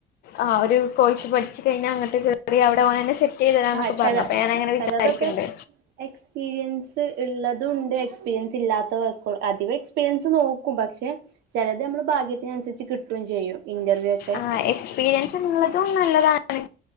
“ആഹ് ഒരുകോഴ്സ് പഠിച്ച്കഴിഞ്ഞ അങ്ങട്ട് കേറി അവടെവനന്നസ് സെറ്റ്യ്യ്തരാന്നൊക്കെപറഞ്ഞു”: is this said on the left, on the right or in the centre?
Left